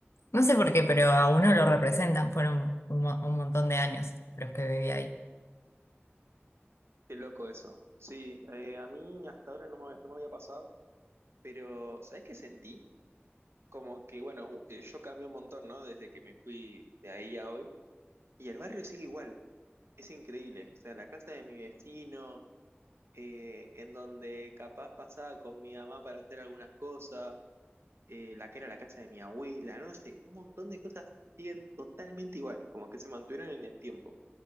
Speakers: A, on the left (about 85°); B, on the right (about 75°).
A: No sé por qué, pero a uno lo representan. Fueron un, mo- un montón de años los que viví ahí.
B: Qué loco eso. Sí, eh, a mí hasta ahora no me, no me había pasado, pero ¿sabés qué sentí? Como que, bueno, eh, yo cambié un montón, ¿no? Desde que me fui de ahí a hoy Y el barrio sigue igual, es increíble. O sea, la casa de mi vecino, eh, en donde capaz pasaba con mi mamá para hacer algunas cosas, eh, la que era la casa de mi abuela, no sé, un montón de cosas siguen totalmente igual, como que se mantuvieron en el tiempo.